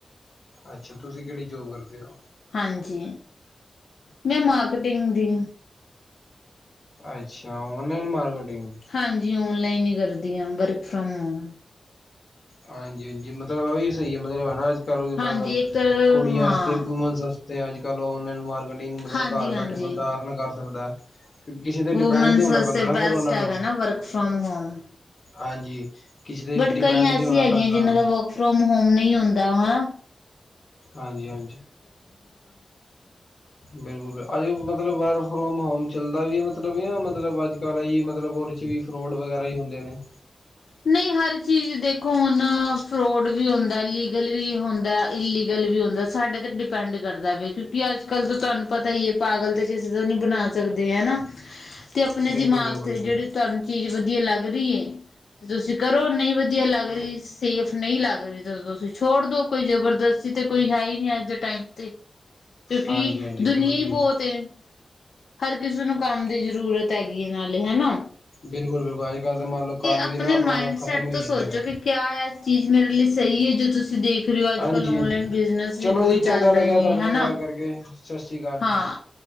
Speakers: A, on the left (about 45°); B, on the left (about 75°).
A: ਅੱਛਾ, ਤੁਸੀਂ ਕਿਹੜੀ ਜੋਬ ਕਰਦੇ ਓ?
B: ਹਾਂਜੀ, ਮੈਂ ਮਾਰਕੀਟਿੰਗ ਦੀ।
A: ਅੱਛਾ, ਔਨਲਾਈਨ ਮਾਰਕੀਟਿੰਗ।
B: ਹਾਂਜੀ ਓਨਲਾਈਨ ਈ ਕਰਦੀ ਆ, ਵਰਕ ਫਰੋਮ ਹੋਮ।
A: ਹਾਂਜੀ-ਹਾਂਜੀ ਮਤਲਬ ਆ ਵੀ ਸਈ ਆ ਮਤਲਬ ਹੈ ਨਾ ਅੱਜ-ਕਲ
B: ਹਾਂਜੀ
A: ਮਤਲਬ
B: ਇੱਕ ਤਰ੍ਹਾਂ
A: ਕੁੜੀਆਂ
B: ਹਾਂ
A: ਵਸਤੇ ਵਮ ਤੇ ਅੱਜ-ਕੱਲ੍ਹ ਓਨਲਾਈਨ ਮਾਰਕੀਟਿੰਗ ਮਤਲਬ
B: ਹਾਂਜੀ
A: ਘਰ
B: ਹਾਂਜੀ
A: ਬੈਠੇ ਬੰਦਾ ਅਰਨ ਕਰ ਸਕਦਾ ਏ। ਕਿਸੀ ਤੇ
B: ਵੂਮੈਨਸ
A: ਡਿਪੈਂਡ ਨੀ ਹੋਣਾ
B: ਵਾਸਤੇ
A: ਪੈਂਦਾ ਨਾ
B: ਬੈਸਟ
A: ਫਿਰ ਉਹਨਾ
B: ਹੈਗਾ
A: ਨੂੰ,
B: ਨਾ ਵਰਕ ਫਰੋਮ ਹੋਮ
A: ਹਾਂਜੀ। ਕਿਸੇ ਤੇ
B: ਬਟ
A: ਡਿਪੈਂਡ
B: ਕਈ ਐਸੀ
A: ਨਹੀਂ ਹੋਣਾ
B: ਹੈਗੀਆਂ
A: ਪੈਂਦਾ
B: ਜਿਹਨਾਂ ਦਾ ਵਰਕ ਫਰੋਮ ਹੋਮ ਨਈ ਹੁੰਦਾ ਹਾਂ।
A: ਹਾਂਜੀ-ਹਾਂਜੀ‌। ਬਿਲਕੁਲ ਅੱਜ ਮਤਲਬ ਵਰਕ ਫਰੋਮ ਹੋਮ ਚੱਲਦਾ ਵੀ ਮਤਲਬ ਕ ਮਤਲਬ ਅੱਜ-ਕੱਲ੍ਹ ਜੀ ਮਤਲਬ ਵਿੱਚ ਵੀ ਫਰੋਡ ਵਗੈਰਾ ਈ ਹੁੰਦੇ ਨੇ। <inaudible>
B: ਨਈ ਹਰ ਚੀਜ਼ ਦੇਖੋ ਹੁਣ ਫਰੋਡ ਵੀ ਹੁੰਦਾ, ਲੀਗਲ ਵੀ ਹੁੰਦਾ, ਇਲੀਗਲ ਵੀ ਹੁੰਦਾ। ਸਾਡੇ ਤੇ ਡਿਪੈਂਡ ਕਰਦਾ ਵੇ ਕਿਉਂਕਿ ਅੱਜ-ਕੱਲ ਤਾਂ ਤੁਹਾਨੂੰ ਪਤਾ ਈ ਏ ਪਾਗਲ ਤੇ ਕਿਸੇ ਦਾ ਨੀ ਬਣਾ ਸਕਦੇ ਹੈਨਾ।
A: <inaudible>
B: ਤੇ ਆਪਣੇ
A: ਬਿਲਕੁਲ-ਬਿਲਕੁਲ
B: ਦਿਮਾਗ ਤੇ
A: ਜੀ
B: ਜਿਹੜੀ ਤੁਹਾਨੂੰ ਚੀਜ਼ ਵਧੀਆ ਲੱਗ ਰਹੀ ਏ‌। ਤੇ ਤੁਸੀਂ ਕਰੋ, ਨਹੀਂ ਵਧੀਆ ਲੱਗ ਰਹੀ ਸੇਫ ਨਹੀਂ ਲੱਗ ਰਈ, ਜਦੋਂ ਤੁਸੀਂ ਛੋੜ ਦੋ ਕੋਈ ਜਬਰਦਸਤੀ ਤੇ ਕੋਈ ਹੈ ਹੀ ਨਹੀਂ ਅੱਜ ਦੇ ਟਾਈਮ ਤੇ। ਕਿਉਂਕਿ
A: ਹਾਂਜੀ-ਹਾਂਜੀ
B: ਦੁਨੀਆਂ
A: ਬਿਲਕੁਲ ਜੀ।
B: ਹੀ ਬਹੁਤ ਏ ਹਰ ਕਿਸੇ ਨੂੰ ਕੰਮ ਦੀ ਜ਼ਰੂਰਤ ਹੈਗੀ ਇਹ ਨਾਲ ਹੈਨਾ
A: ਬਿਲਕੁਲ-ਬਿਲਕੁਲ, ਅੱਜ ਕੱਲ ਤਾਂ ਮੰਨ ਲਓ ਕੰਮ
B: ਆਪਣੇ
A: ਵੀ ਨਾ ਆਪਣਾ
B: ਮਾਇੰਡ ਸੈਟ
A: ਖ਼ਤਮ ਹੋਈ
B: ਤੋਂ
A: ਜਾਂਦੇ
B: ਸੋਚੋ
A: ਨੇ।
B: ਕਿ ਕਿਆ ਇਹ ਚੀਜ਼ ਮੇਰੇ ਲਈ ਸਹੀ ਏ, ਜੋ ਤੁਸੀਂ ਦੇਖ ਰਹੇ ਹੋ ਅੱਜ
A: ਹਾਂਜੀ-ਹਾਂਜੀ,
B: ਕੱਲ ਔਨਲਾਈਨ ਬਿਜ਼ਨਸ
A: ਚਲੋ
B: ਵੀ ਬਹੁਤ
A: ਜੀ
B: ਚੱਲ
A: ਚੰਗਾ ਲੱਗਿਆ
B: ਰਹੇ ਨੇ
A: ਤੁਹਾਡੇ ਨਾਲ
B: ਹਨਾ
A: ਗੱਲ ਕਰਕੇ, ਸਤਿ ਸ੍ਰੀ ਅਕਾਲ ਜੀ।
B: ਹਾਂ